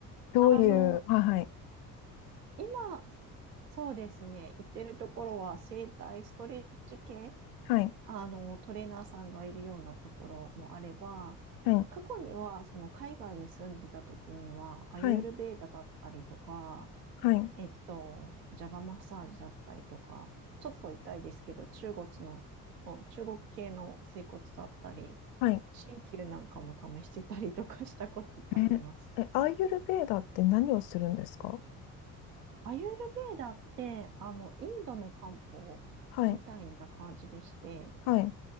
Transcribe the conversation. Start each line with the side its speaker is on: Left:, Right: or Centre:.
Left: どういう、
Right: <laughs> あの、
Left: はい
Right: 今、そうですね、行ってるところは整体ストレッチ系
Left: はい、
Right: あの、トレーナーさんがいるようなところもあれば、
Left: はい、
Right: 過去には、その海外に住んでた時には、アユールベーダだったりとか、
Left: はい、はい、はい、
Right: えっと、ジャバマッサージだったりとか、ちょっと痛いですけど、中国の、中国系の整骨だったり、
Left: はい。
Right: 鍼灸なんかも試してたりとかしたことがあります。
Left: えーえ、アーユルヴェーダって何をするんですか
Right: アユールベーダって、あの、インドの漢方みたいな感じでして、
Left: はい、はい、